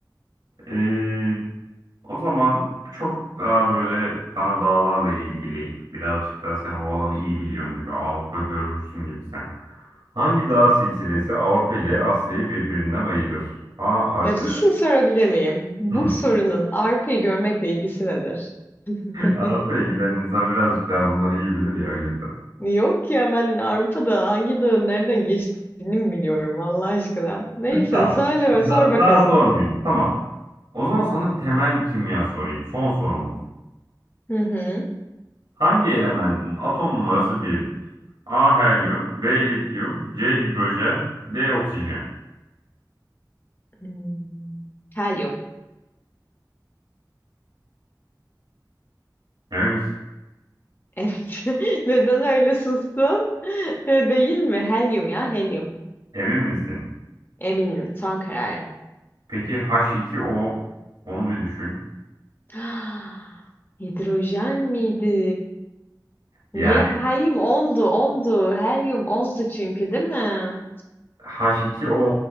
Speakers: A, on the right; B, on the left.
A: Ee, o zaman çok daha böyle sana dağlarla ilgili, birazcık daha sen o alanı iyi biliyorsun gibi, Avrupa görmüşsün gibi sen. Hangi dağ silsilesi Avrupa ile Asya'yı birbirinden ayırır? A. Alpler.
B: Ya bir şey sorabilir miyim? Bu
A: Hı.
B: sorunun arpayı görmekle ilgisi nedir? <laughs>
A: Avrupa'ya giden insan birazcık daha bunları iyi bilir ya o yüzden.
B: Yok ya ben Avrupa'da hangi dağın nereden geçtiğini mi biliyorum Allah aşkına. Neyse
A: Tamam.
B: söyle ve
A: Da-
B: sor bakalım.
A: daha sormayayım. Tamam. O zaman sana temel bir kimya sorayım. Son sorumuz.
B: Hı hı.
A: Hangi elementin atom numarası birdir A helyum, B lityum, C hidrojen, D oksijen.
B: Hmm, Helyum.
A: Emin misin?
B: Evet. <laughs> Neden öyle sustun? <laughs> Değil mi? Helyum ya helyum.
A: Emin misin?
B: Eminim. Son kararım.
A: Peki H2O onu bir düşün.
B: <gasps> Hidrojen miydi?
A: Yani
B: Niye? Helyum ondu, ondu. Helyum ondu çünkü değil mi?
A: H2O